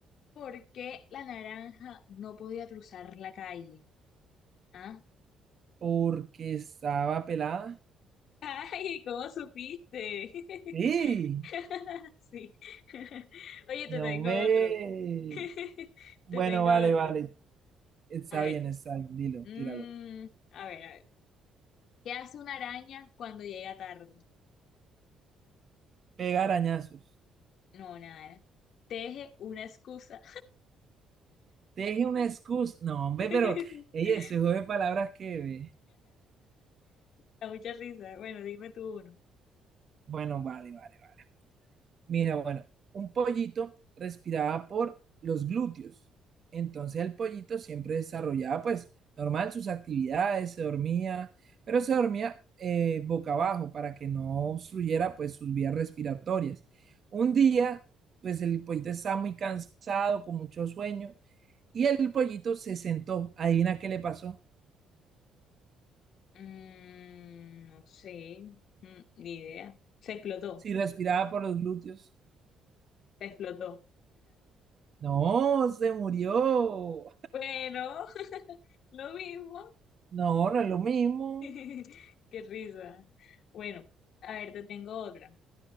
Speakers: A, on the left (about 65°); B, on the right (about 50°).
A: ¿por qué la naranja no podía cruzar la calle? ¿Ah?
B: porque estaba pelada.
A: <laughs> Ay, ¿cómo supiste? <laughs>
B: Sí,
A: <laughs> Sí. <laughs> Oye, te
B: no
A: tengo
B: me...
A: otro. <laughs>
B: Bueno,
A: Te tengo
B: vale,
A: otro.
B: vale. Está
A: A ver.
B: bien, está bien. Dilo,
A: mm,
B: tíralo.
A: a ver, a ver. ¿Qué hace una araña cuando llega tarde?
B: Pegar arañazos.
A: No, nada. Teje una excusa.
B: Teje una excusa. No, hombre,
A: <laughs>
B: pero ella se juega de palabras que... ve.
A: Da mucha risa. Bueno, dime tú uno.
B: Bueno, vale, vale. Mira, bueno, un pollito respiraba por los glúteos. Entonces el pollito siempre desarrollaba, pues, normal sus actividades, se dormía, pero se dormía eh, boca abajo para que no obstruyera, pues, sus vías respiratorias. Un día, pues, el pollito estaba muy cansado, con mucho sueño, y el pollito se sentó. Adivina qué le pasó.
A: Mm, no sé. Mm, ni idea. Se explotó.
B: Si respiraba por los glúteos.
A: Se explotó.
B: No, se murió.
A: Bueno, <laughs> lo mismo.
B: No, no es lo mismo,
A: <laughs> Qué risa. Bueno, a ver, te tengo otra.